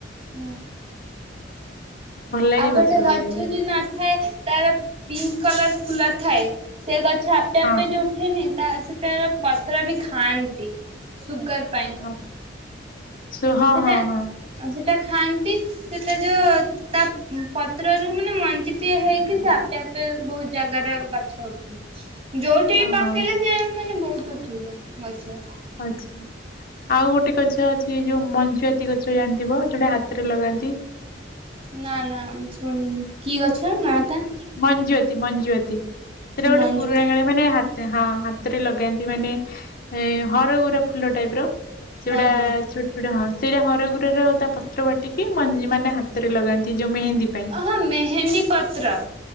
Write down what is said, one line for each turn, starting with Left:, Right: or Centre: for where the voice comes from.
Right: ହୁଁ।
Left: ଭଲ ଲାଗେ
Right: ଆଉ ଗୋଟେ ଗଛ
Left: ଲଗେଇବାକୁ
Right: ଯୋଉ ନ ଥାଏ ତାର ପିଙ୍କ୍ କଲର୍ ଫୁଲ ଥାଏ, ସେ ଗଛ ଆପେ
Left: ହଁ
Right: ଆପେ ଯୋଉ ଉଠେନି ତା ସେ ତାର ପତ୍ର ବି ଖାଆନ୍ତି। ସୁଗାର ପାଇଁ,
Left: ହଁ ହଁ ସୁ ହଁ
Right: ସେଟା
Left: ହଁ ହଁ
Right: ଆଉ ସେଟା ଖାଆନ୍ତି, ସେଟା ଯୋଉ ତା ପତ୍ରରୁ ମାନେ ମଞ୍ଜିଟିଏ ହେଇକି ସେ ଆପେ ଆପେ ବହୁତ ଜାଗାରେ ଗଛ ହଉ ଛି, ଯୋଉଠି
Left: ହଁ
Right: ବି ପାକେଇଲେ
Left: ହଁ
Right: ସେ ମାନେ ବହୁତ ଉଠିବ ଗଛ।
Left: ଆଚ୍ଛା, ଆଉ ଗୋଟେ ଗଛ ଅ ଛି, ଯୋଉ ମଞ୍ଜୁଆତି ଗଛ ଜାଣିଥିବ ଯୋଉଟା ହାତରେ ଲଗାନ୍ତି।
Right: ନା, ନା, ମୁଁ ଶୁଣିନି, କି ଗଛ ନାଆ ଟା?
Left: ମଞ୍ଜୁଆତି ମଞ୍ଜୁଆତି, ସେଇଟା ଗୋଟେ
Right: ମଞ୍ଜୁ
Left: ପୁରୁଣା କାଳରେ ମାନେ ହା ହଁ, ହାତରେ ଲଗାନ୍ତି, ମାନେ ଏଁ ହରଗୌରା ଫୁଲ ଟାଇପର। ସେଇ ଗୁଡା
Right: ହଁ ହଁ।
Left: ଛୋ ଛୋଟ ହଁ, ସେଇଟା ହରଗୌରା ର ତା ପତ୍ର ବାଟିକି ମଞ୍ଜି ମାନେ ହାତରେ ଲଗାନ୍ତି ଯୋଉ ମେହେନ୍ଦୀ ପାଇଁ।
Right: ହଁ, ମେହେନ୍ଦୀ ପତ୍ର।